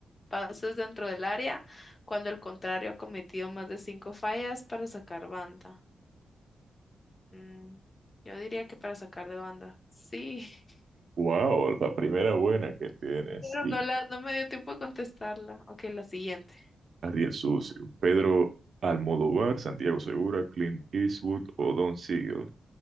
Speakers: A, on the left; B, on the right.
A: pases dentro del área, cuando el contrario ha cometido más de cinco fallas para sacar banda? Mm, yo diría que para sacar de banda. Sí, <laughs>
B: Wow, la primera buena que tienes.
A: pero
B: Sí,
A: no la, no me dio tiempo de contestarla. Ok, la siguiente.
B: Ariel Sucio, Pedro Almodóvar, Santiago Segura, Clint Eastwood o Don Siegel.